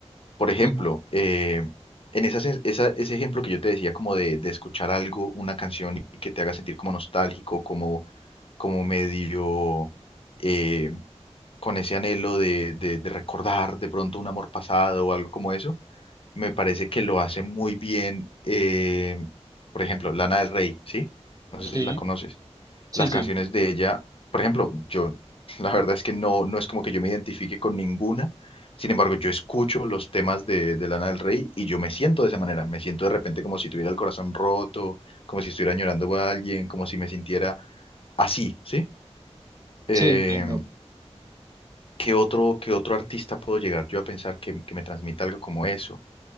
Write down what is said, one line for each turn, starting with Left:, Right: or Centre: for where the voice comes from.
Left: Por ejemplo,
Right: Ujú,
Left: eh, en esas- esa- ese ejemplo que yo te decía como de, de escuchar algo, una canción y que te haga sentir como nostálgico, como, como medio... eh, con ese anhelo de, de de recordar de pronto un amor pasado o algo como eso me parece que lo hace muy bien, eh, por ejemplo, Lana del Rey, ¿sí? No sé
Right: Sí,
Left: si la conoces.
Right: sí,
Left: Las
Right: sí,
Left: canciones de ella, por ejemplo, yo, la verdad es que no, no es como que yo me identifique con ninguna, sin embargo, yo escucho los temas de, de Lana del Rey y yo me siento de esa manera, me siento de repente como si tuviera el corazón roto, como si estuviera llorando a alguien, como si me sintiera así, ¿sí? Eh,
Right: sí, entiendo.
Left: ¿qué otro, qué otro artista puedo llegar yo a pensar que, que me transmita algo como eso?